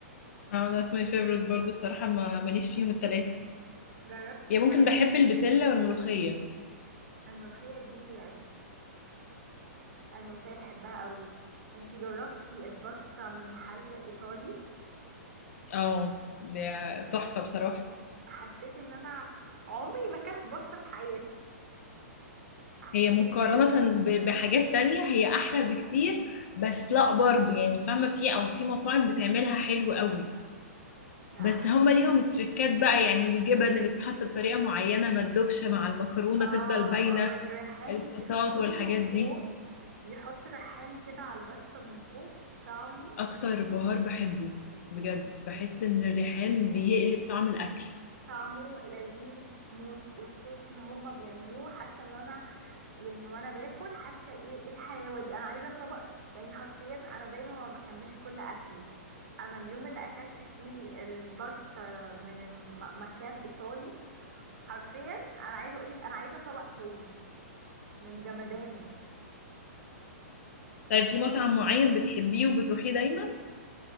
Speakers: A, on the left; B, on the right.
A: اه not my favorite برضو الصراحه ما ماليش فيهم التلاته
B: جربتي
A: يعني
B: طيب
A: ممكن بحب البسله والملوخيه
B: الملوخية دي أنا الملوخية بحبها قوي انتي جربتي الباستا من محل ايطالي
A: اه ده تحفه بصراحه
B: حسيت ان انا عمري ما اكلت باستا في حياتي حسيت
A: هي مقارنة ب- بحاجات تانية هي أحلى بكتير بس لأ برضو يعني فاهمة في أو في مطاعم بتعملها حلو قوي
B: لا
A: بس
B: انا
A: هما ليهم التركات بقى يعني الجبن اللي بتحط بطريقة معينة ما تدوبش مع المكرونة
B: اه
A: تفضل باينة
B: والريحان
A: الصوصات
B: اللي بيحطوه
A: والحاجات
B: فوق
A: دي
B: بيحط ريحان كده على الباستا من فوق طعمه
A: أكتر بهار بحبه بجد بحس إن الريحان بيقلب طعم الأكل
B: طعمه لذيذ موت والصوص اللي هما بيعملوه حاسه ان انا يعني وانا باكل حاسه ايه ايه الحلاوه دي انا عايزه طبق يعني حرفيا انا دايما ما بكملش كل اكلي انا اليوم اللي اكلت فيه الباستا من الم- مكان ايطالي حرفيا انا عايزه اقولك انا عايزه طبق تاني من جمدانه
A: طيب في مطعم معين بتحبيه وبتروحيه دايما